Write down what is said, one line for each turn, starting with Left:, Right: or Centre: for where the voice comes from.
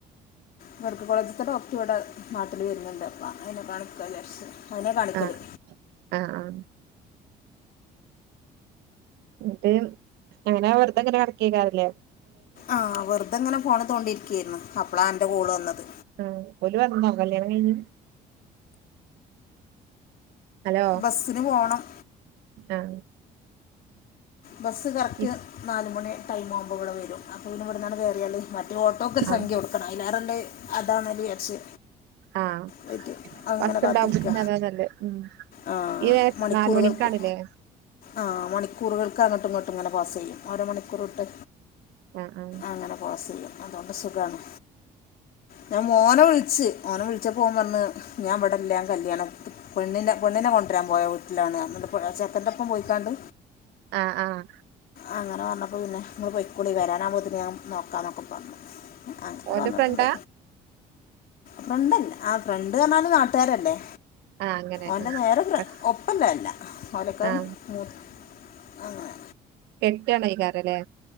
Left: മെഡിക്കൽകോളേജത്തെ ഡോക്ടർ ഇവിടെ നാട്ടിൽ വരുന്നുണ്ട് അപ്പ അതിനെ കാണികാ വിജാരിച്ച്അതിനെ കാണിക്കല്
Right: ആഹ് ആഹ് ആഹ് എന്നിട്ട് അങ്ങനെ വെർതെങ്ങനെകടകൈകാരവലേ?
Left: ആഹ് വെറുതെങ്ങനെ ഫോണ തോണ്ടിരിക്കയരുന്നു അപ്പളാ അന്റെ കോള് വന്നത്
Right: ആഹ് ഓല് വന്നോ കല്യാണം കഴിഞ്ഞ് ഹലോ
Left: ബസ്സിന് പോകണം
Right: ആഹ്
Left: ബസ്സ് കറക്റ്റ്
Right: ഇ
Left: നാല് മണി ടൈം ആകുമ്പോഇവടെ വരും. അപ്പൊ ഇന്ന ഇവിടുന്നാണ് കയറിയാലേ മറ്റേ ഓട്ടോക്കെഒരു സംഖ്യ
Right: ആഹ്
Left: കൊടുക്കണം അയ്ലാറനല്ലണ്അതാണ് വിജാരിച്ച്
Right: ആഹ്
Left: പറ്റ അങ്ങനെ
Right: ബസ്ണ്ടാവുമ്പോ
Left: കാത്തിരിക്ക
Right: പിന്നെ അതാ നല്ലെ ഉം
Left: ആഹ്
Right: ഈ
Left: മണിക്കൂറുകൾക്ക്
Right: നാല് മണിക്കാണ്ല്ലേ
Left: ആഹ് മണിക്കൂറുകൾക്ക് അങ്ങോട്ടും ഇങ്ങോട്ടും ഇങ്ങനെ പാസ് ചെയ്യും ഓരോ മണിക്കൂറ വിട്ട്
Right: ആഹ് ആഹ്
Left: അങ്ങനെ പാസ് ചെയ്യും അതുകൊണ്ട് സുഖണ് ഞാൻ മോനെ വിളിച്ച് ഓന വിളിച്ചാ ഓൻപറഞ്ഞ ഞാൻ ഇവിടെ എല്ലാം കല്യാണം പണ്ണിനെ പണ്ണിനെ കൊണ്ടരാൻ പോയ വിലാണ് എന്നി ചെക്കൻ്റ ഒപ്പം പോയിക്കാണ്ട്
Right: ആഹ് ആഹ്
Left: അങ്ങനെ പറഞ്ഞപ്പോൾ പിന്നെ ഇങ്ങള്പൊക്കൊളി വരാൻ ആഹ് കുമ്പോത്തിന് നോക്കാ എന്നൊക്കെ പറഞ്ഞു അങ്ങനെ
Right: ഓന്റെ
Left: പർഞ്ഞിട്ടുണ്ട്.
Right: ഫ്രണ്ടാ
Left: ഫ്രണ്ടല്ലെ ആഹ് ഫ്രണ്ട് പറഞ്ഞാലും നാട്ടുരെല്ലേ
Right: ആഹ് അങ്ങനെ
Left: ഓന്റെ
Right: ആഹ്
Left: നേരെ ഒപ്പല്ലല്ല ഓനക്കാ
Right: ആഹ്
Left: മൂത്ത അങ്ങനെ
Right: അടുത്തണെകാരല്ലേ